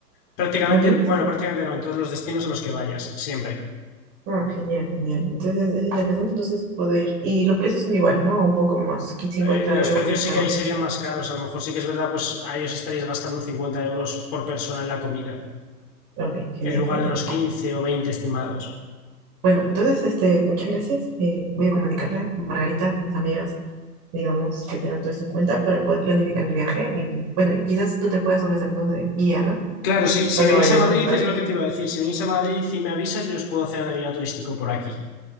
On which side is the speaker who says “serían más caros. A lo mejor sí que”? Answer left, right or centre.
Left